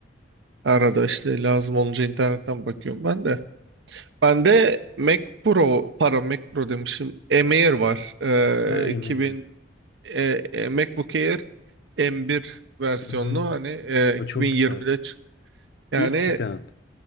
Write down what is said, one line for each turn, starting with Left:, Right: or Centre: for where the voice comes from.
Right: Arada işte lazım olunca internetten bakıyorum ben de. Ben de Mac Pro, pardon Mac Pro demişim. M Air var. Ee,
Left: Ha emeği.
Right: 2000 e, e, MacBook Air M1 versiyonlu
Left: Hı hı.
Right: hani e,
Left: O
Right: 2020'de
Left: çok güzeldi.
Right: çıktı. Yani
Left: İlk çıkan.